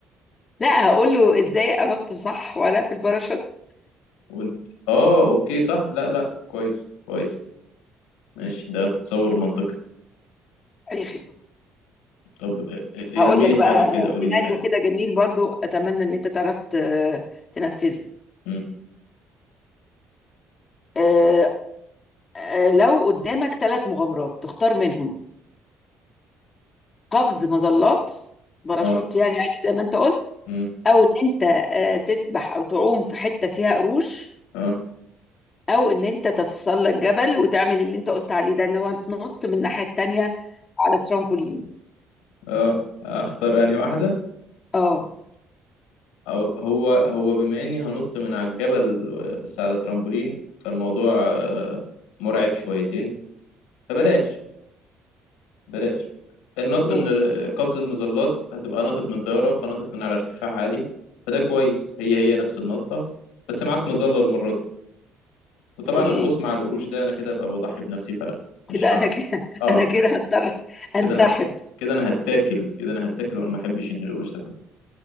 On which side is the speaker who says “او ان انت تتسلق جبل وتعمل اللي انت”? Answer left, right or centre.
Left